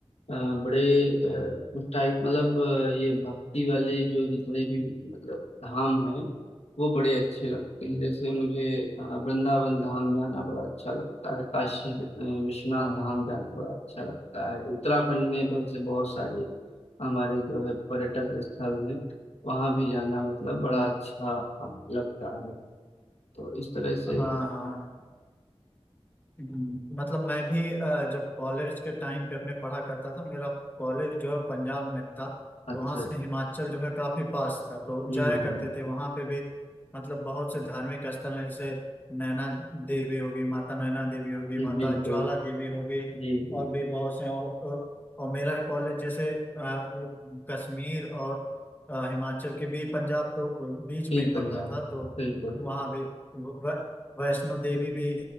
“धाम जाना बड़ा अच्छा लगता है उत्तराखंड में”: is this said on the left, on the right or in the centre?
Left